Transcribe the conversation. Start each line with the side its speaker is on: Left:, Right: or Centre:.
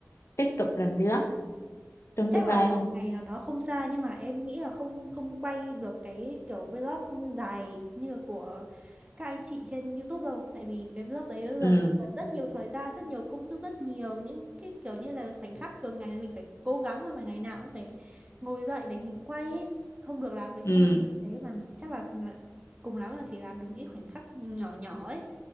Left: tiếp tục làm vlog trong
Right: chắc
Left: tương lai
Right: là một
Left: không
Right: ngày nào đó không xa nhưng mà em nghĩ là không không quay được cái kiểu vlog dài như là của các anh chị trên YouTube đâu tại vì cái vlog đấy nó
Left: ừ
Right: dần mất rất nhiều thời gian rất nhiều công sức rất nhiều những cái kiểu như là khoảnh khắc thường ngày mình phải cố gắng mà mà ngày nào cũng phải ngồi dậy để mình quay ấy không được làm thì
Left: ừ
Right: không làm được thế mà chắc là là cùng lắm là chỉ làm được những khoảnh khắc nhỏ nhỏ ấy